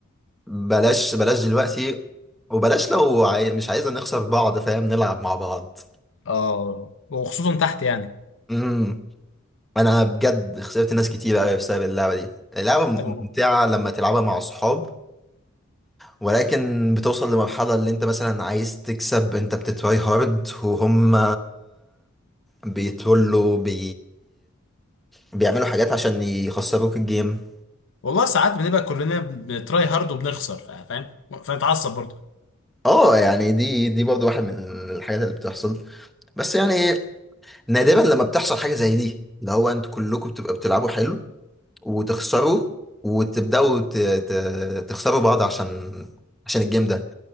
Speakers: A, in the centre; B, on the left.
A: بلاش بلاش دلوقتي وبلاش لو عاي... مش عايزة نخسر بعض فاهم نلعب مع بعض
B: اه وخصوصا تحت يعني
A: امم انا بجد خسرت ناس كتير قوي بسبب اللعبه دي اللعبه ممتعه
B: لو-
A: لما تلعبها مع اصحاب ولكن بتوصل لمرحله اللي انت مثلا عايز تكسب انت بتتراي هارد وهم بيتولوا بي... بيعملوا حاجات عشان يخسروك الجيم
B: والله ساعات بنبقى كلنا بنتراي هارد وبنخسر فا- فاهم فنتعصب برضه
A: اه يعني دي دي برضه واحد من الحاجات اللي بتحصل بس يعني نادرا لما بتحصل حاجه زي دي اللي هو انتوا كلكم بتبقى بتلعبوا حلو وتخسره وتبداوا ت- ت- تخسروا بعض عشان عشان الجيم ده